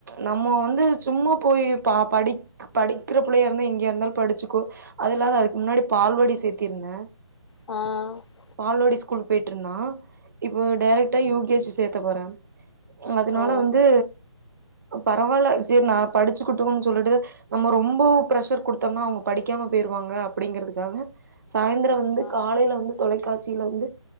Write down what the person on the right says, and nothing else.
நம்ம வந்து சும்மா போய் பா படி படிக்கிற புள்ளையாருந்தா எங்கயா இருந்தாலு படிச்சுக்கு அது இல்லாது அதுக்கு முன்னாடி பால்வாடி சேத்திருந்த
பால்வாடி ஸ்கூல் பெயிட் ட்ருந்தா இப்ப டெரக்டா யூ கே ஜி சேத்த போறே அதனால
வந்து பரவால்ல சேரி நா படிச்சிக்குட்டுன்னு சொல்லிட்டு நம்ம ரொம்போ பிரஷர் குடுத்தம்னா அவுங்க படிக்காம பெயிருவாங்க அப்டிங்கறதுக்காவ சாய்ந்தரோ வந்து
காலையில வந்து தொலைக்காட்சியில வந்து